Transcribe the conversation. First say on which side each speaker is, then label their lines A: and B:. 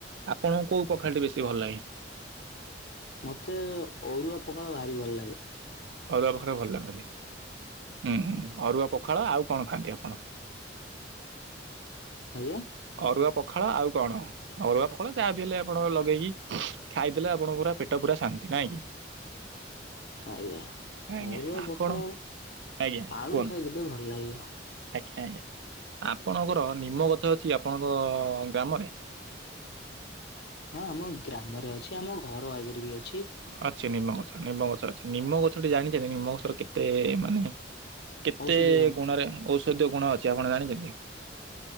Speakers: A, on the right; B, on the left.
A: ଆପଣଙ୍କୁ କୋଉ ପଖାଳଟି ବେଶୀ ଭଲ ଲାଗେ?
B: ମତେ ଅରୁଆ ପଖାଳ ଭାରି ଭଲ ଲାଗେ ।
A: ଅରୁଆ ପଖାଳ ଭଲ ଲାଗନ୍ତି ହୁଁଁ ଅରୁଆ ପଖାଳ ଆଉ କଣ ଖାଆନ୍ତି ଆପଣ?
B: ଆଜ୍ଞା
A: ଅରୁଆ ପ ଖଳା ଆଉ କଣ ଅରୁଆ ପଖାଳ ଯାହା ବିି ହେଲେ ଆପଣ ଲଗେଇକି ଖାଇଦେଲେ ଆପଣଙ୍କର ପେଟ ପୁରା ଶାନ୍ତି । ନାଇଁ କି?
B: ଆଜ୍ଞା
A: ଆଜ୍ଞା
B: ଅରୁଆ
A: ଆପଣ
B: ପଖାଳ ।
A: ଆଜ୍ଞା
B: ଆଳୁ
A: କୁହନ୍ତୁ
B: ଖାଇଦେଲି ଭଲ ଲାଗିବ ।
A: ଆଜ୍ଞା ଆଜ୍ଞା ଆପଣଙ୍କର ନିମ ଗଛ ଚି ଆପଣଙ୍କ ଗ୍ରାମରେ?
B: ହଁ ଆମ ଗ୍ରାମରେ ଅଛି ଆମ ଘର ଆଗରେ ବି ଅ
A: ଅଛି ନିମ୍ମ ଗଛ ନିମ୍ମ ଗଛ ଅଛି ।ନିମ୍ମ ଗଛଟି ଜାଣିଛେ ନିମ୍ମଗଛର କେତେ ମାନେ କେତେ
B: ଔଷଧୀୟ ଗୁଣ
A: ଗୁଣରେ ଔଷଧୀୟ ଗୁଣ ଅଛି ଆପଣ ଜାଣିଛନ୍ତି?